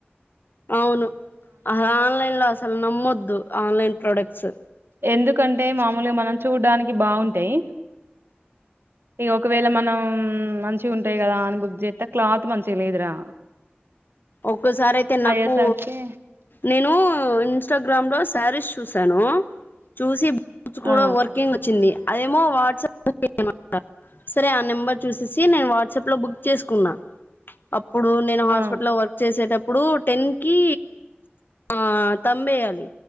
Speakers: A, on the left; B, on the right.
A: అవును, ఆన్లైన్ లో అసలు నమ్మొద్దు ఆన్లైన్ ప్రొడక్ట్స్.
B: ఎందుకంటే మామూలుగా మనం చూడ్డానికి బాగుంటాయి. ఇక ఒకవేళ మనం మంచిగా ఉంటాయి కదా. అని బుక్ చేస్తే క్లాత్ మంచిగా లేదురా.
A: ఒక్కసారి అయితే నాకు
B: అయ్యేసరికి
A: నేను. ఇన్స్టాగ్రామ్ లో శారీస్ చూశాను, చూసి <unintelligible>
B: ఆ
A: కూడా వర్కింగ్ వచ్చింది. అదేమో వాట్సాప్ <unintelligible> సరే ఆ నెంబర్ చూసేసి నేను వాట్సప్ లో బుక్. చేసుకున్నా, అప్పుడు నేను హాస్పిటల్
B: ఆ
A: వర్క్. వసేటప్పుడు టెన్ కి. ఆ తంబేయాలి